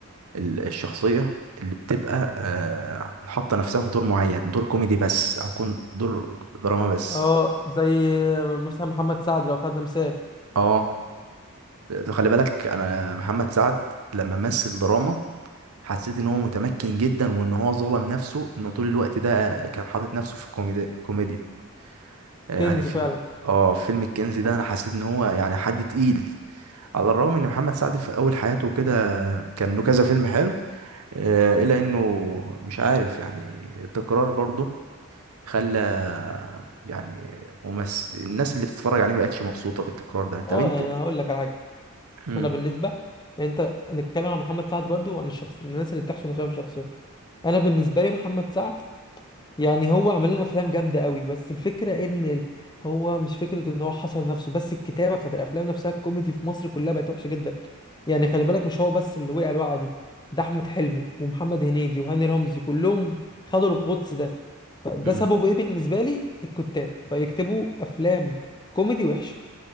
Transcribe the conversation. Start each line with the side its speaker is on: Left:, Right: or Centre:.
Right: ال- الشخصية اللي بتبقى آه، حاطة نفسها في دور معين دور كوميدي بس أو كون دور دراما بس
Left: اه زي مثلا محمد سعد لو خدنا مثال
Right: اه خلي بالك أنا محمد سعد لما مثل دراما حسيت إن هو متمكن جدا وإن هو ظلم نفسه إنه طول الوقت ده كان حاطط نفسه في الكوميدي كوميديا آه،
Left: كنز
Right: يعني في
Left: فعلا
Right: اه فيلم الكنز ده أنا حسيت إن هو يعني حد تقيل على الرغم ان محمد سعد في اول حياته كده كان له كذا فيلم حلو آه، الا انه مش عارف يعني التكرار برضه خلى يعني ممثل الناس اللي بتتفرج عليه ما بقتش مبسوطة بالتكرار ده طب
Left: اه
Right: انت
Left: يعني انا هقول لك على حاجه
Right: مم.
Left: انا بالنسبه يعني انت نتكلم عن محمد سعد برضو وعن الشخص الناس اللي بتحصل نفسها في الشخصيات انا بالنسبه لي محمد سعد يعني هو عمل لنا افلام جامده قوي بس الفكره ان ال- هو مش فكره ان هو حصر نفسه بس الكتابه بتاعت الافلام نفسها الكوميدي في مصر كلها بقت وحشه جدا يعني خلي بالك مش هو بس اللي وقع الوقعه دي ده احمد حلمي ومحمد هنيدي وهاني رمزي كلهم خدوا الغطس ده فده
Right: مم.
Left: سببه ايه بالنسبه لي الكتاب بقى يكتبوا افلام كوميدي وحشه